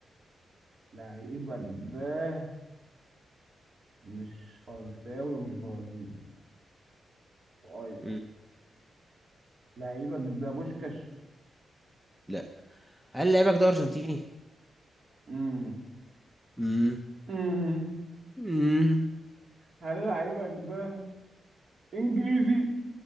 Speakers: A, on the right; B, in the centre.
A: لعيبك ده مش فرنساوي ومش برازيلي وايضا
B: م.
A: لعيبك ده بوشكاش
B: لا هل لعبك ده ارجنتيني
A: مم.
B: م.
A: مم.
B: م.
A: هل لعيبك ده انجليزي